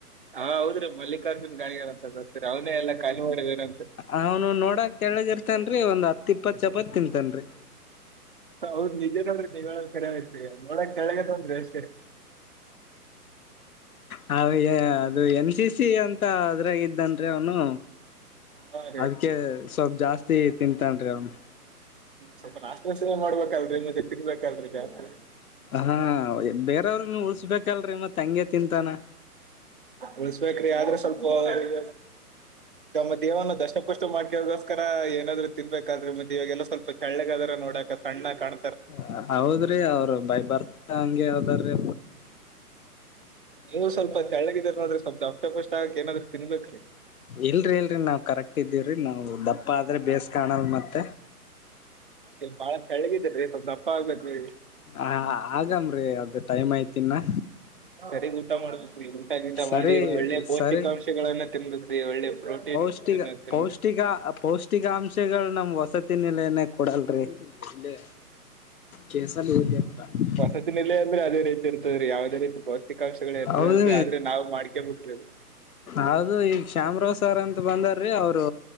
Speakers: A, on the right; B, on the left.
A: ಹಾ ಹೌದ್ರೀ ಮಲ್ಲಿಕಾರ್ಜುನ್ ಗಾಣಿಗೆರ್ ಅಂತರ್ತೀ ಅವ್ನೇ ಎಲ್ಲ ಕಾಲಿ ಮಾಡಿದನಂತ್ರಿ.
B: ಅವ್ನು ನೋಡಾಕ್ ತೆಳ್ಳಗ ಇರ್ತನ್ರರಿ ಒಂದ್ ಹತ್ ಇಪ್ಪತ್ ಚಪತ್ ತಿಂತನ್ರಿ.
A: ಹೌದ್ ನಿಜ ನೋಡ್ರಿ ನೀವ್ ಹೇಳದ ಕರೆ ಆಯ್ತ್ರಿ ನೋಡಕ್ ತೆಳ್ಳಗ ಅದಾನ್ರಿ ಅಷ್ಟೇ.
B: ಹ ವೆ ಅದು ಏಮ್ ಸಿ ಸಿ ಅಂತ ಅದ್ರಾಗ ಇದ್ದಾನ್ರಿ ಅವನು.
A: ಹಾ ರೀ.
B: ಅದ್ಕೆ ಸ್ವಲ್ಪ್ ಜಾಸ್ತಿ ತಿಂತಾನ್ರಿ ಅವ್ನು.
A: ಸ್ವಲ್ಪ ನಾಷ್ಟ <unintelligible> ಮಾಡ್ಬೇಕಲ್ರಿ ಮತ್ತ್ ತಿಗ್ಬೇಕ ಅಲ್ರಿ ಜಾಸ್ತಿ.
B: ಹಾ ಬೇರೆ ಅವ್ರ್ಗುನು ಉಳ್ಸ್ಬೇಕಲ್ರರಿ ಮತ್ ಹಂಗೆ ತಿಂತಾನ.
A: ಉಳ್ಸ್ಬೇಕ್ರಿ ಆದ್ರೆ ಸ್ವಲ್ಪ ಅವರ್ಗ್ <unintelligible> ದೇಹನಾ ದಷ್ಟ ಪುಷ್ಟ ಮಾಡ್ಕಕೋಸ್ಕರ ಏನಾದ್ರು ತಿನ್ಬೇಕಾದ್ರೆ ಮತ್ತೆ ಇವಾಗೆಲ್ಲಾ ಸ್ವಲ್ಪ ತೆಳ್ಳಗಾದ್ರ ನೋಡಾಕ ಸಣ್ಣ ಕಾಣ
B: ಹ ಹೌದ್ರಿ ಅವ್ರ ಬೈ ಬರ್ತಾ ಹಂಗೆ ಅದಾರಿ
A: ನೀವು ಸ್ವಲ್ಪ ತೆಳ್ಳಗ ಇದೀರಿ ನೋಡ್ರಿ ಸ್ವಲ್ಪ ದಪ್ ದಷ್ಟ ಪುಷ್ಟ ಆಗಕ ಎನ ತಿನ್ಬೇಕ್ರೀ
B: ಇಲ್ರಿ ಇಲ್ರಿ ನಾವ ಕರೆಕ್ಟ್ ಇದ್ದೀವ್ರಿ ನಾವು ದಪ್ಪ ಆದ್ರೆ ಬೇಸ್ ಕಾಣಲ್ ಮತ್ತ.
A: ಏ ಬಾಳ ತೆಳ್ಳಗ ಇದ್ದೀರಿ ಸ್ವಲ್ಪ ದಪ್ಪ ಆಗ್ಬೇಕ್ರಿ.
B: ಹಾ ಆಗಮ್ರಿ ಅದ ಟೈಮ್ ಐತಿ ಇನ್ನಾ.
A: ಸರಿಗ ಊಟ ಮಾಡ್ಬೇಕ್ರಿ ಊಟ ಗಿಟ
B: ಸರಿ
A: ಮಾಡಿ ಒಳ್ಳೆ ಭೌಷ್ಟಿಕಾಂಶಗಳನ್ನ
B: ಸರಿ
A: ತಿನ್ಬೇಕ್ರಿ ಒಳ್ಳೆ ಪ್ರೋಟೀನ್
B: ಪೌಷ್ಟಿಕ
A: ತಿನ್ನ ತಿನ್ಬೇಕ್ರಿ
B: ಪೌಷ್ಟಿಕ ಈಗಾ ಪೌಸ್ ಟಿಕಾ ಅಂಶಗಳ ನಮ್ ವಸತಿ ನಿಲಯನ ಕೊಡಲ್ರಿ ಇಲ್ಲೆ ಕೇಸಲ್ <unintelligible>
A: ವಸತಿನಿಲಯ ಅಂದ್ರ ಅದೆ ರೀತಿ ಇರ್ತಾದ್ರಿ ಯಾವ <unintelligible> ಅದೇ ರೀತಿ ಪೌಷ್ಟಿಕಾಂಶಗಳ ಇರತದಲ್ರಿ
B: ಹೌದು
A: ಆದ್ರೆ ನಾವು ಮಾಡ್ಕಬೇಕ್ರಿ ಅದು.
B: ಹೌದು ಈಗ ಶಾಮರಾವ್ ಸರ್ ಅಂತ ಬಂದಾರೀ ಅವ್ರು